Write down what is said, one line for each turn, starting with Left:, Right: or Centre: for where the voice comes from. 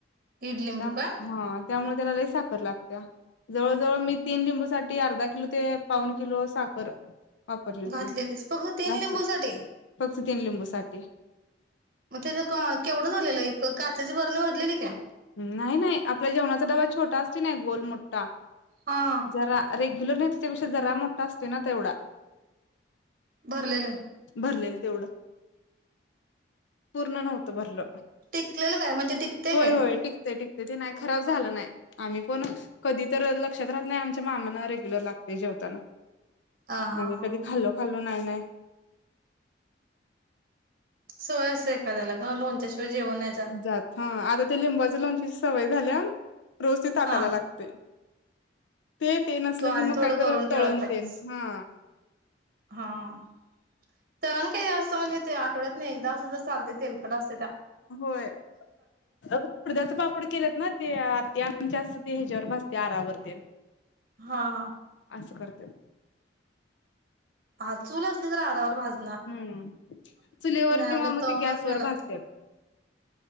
Right: दीड लिंबू
Left: त्या
Right: का
Left: हा त्यामुळे त्याला लई सा. खर लागत्या जवळ जवळ मी तीन लिंबू साठी अर्धा किलो ते पाऊण किलो साखर. वापरली होती
Right: घातलेलीस फक्त तीन
Left: <unintelligible>
Right: लिंबू साठी
Left: फक्त तीन लिंबूसाठी.
Right: मग त्याच केवढं झालेलं एक काचेची बरणी भरलेली. काय
Left: नाही नाही आपला जेवणाचा डबा छोटा असतोय की नाही गोल मोठा.
Right: हा
Left: जरा रेग्युलर नाही तो त्यापेक्षा जरा मोठा असतोय ना तेवढा
Right: भरलेलं.
Left: भरलेल तेवढं पूर्ण नव्हतं भरलं.
Right: टिकलेलं काय म्हणजे टिकतय
Left: होय
Right: ते काय
Left: होय
Right: ह
Left: टिकतेंय टि ते ते नाही खराब झालं नाही. आम्ही पण कधी तर लक्षात राहत नाही आमच्या मामांना रेग्युलर लागतय जेव ताना.
Right: हा
Left: आम्ही
Right: ह
Left: कधी खाल्लो खाल्लो नाही नाही.
Right: सवय असत्या एखाद्याला गं लोणच्याशिवाय जेवण नाय
Left: जात हा आता ते लिंबाच्या लोणच्याची सवय झाल्या रोज ते ताटाला
Right: हा
Left: लागतय. ते ते नसलं
Right: तो आणि
Left: की मग
Right: थोडं
Left: काहीतरी
Right: करून ठेवायला
Left: तळण
Right: पाहिजेस
Left: तेन. हा.
Right: हा. तळण काय जास्त म्हणजे ते आठवड्यातन एकदा असंल तर चालतय तेलकट अस
Left: होय ते उडद्याचं पापड केलेत ना ते आत्या आमच्या अस ते हेच्यावर भाजत्यां आरावर तेन.
Right: हा हा.
Left: असं करत्यात.
Right: हा चूल असली तर आरावर भाज
Left: हम्म चुलीवर किंवा
Right: आमच्या
Left: मग
Right: तवूनच
Left: ते गॅसवर
Right: घ्याय लागते
Left: भाजत्यात.